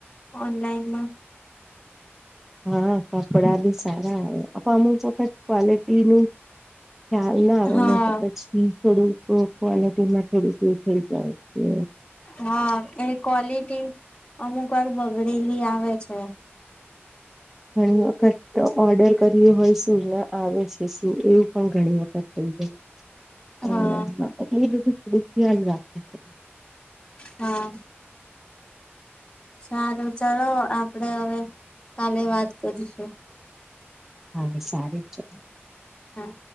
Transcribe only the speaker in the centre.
હા કપડા બી સારા આવે અમુક વખત કોલીટીનું ખ્યાલ ના આવે
ને તો પછી થોડુંક ક્વલિટી માં થોડુંક એવું થઇ જાય છે.
ઘણી વખત ઓર્ડર કર્યું હોય શું ના આવે છે શું એવું પણ ઘણી વખત થઈ જાય.
ઓનલાઈન એટલે એ બધું થોડુંક ખ્યાલ રાખે છે.
હા સારું. <unintelligible>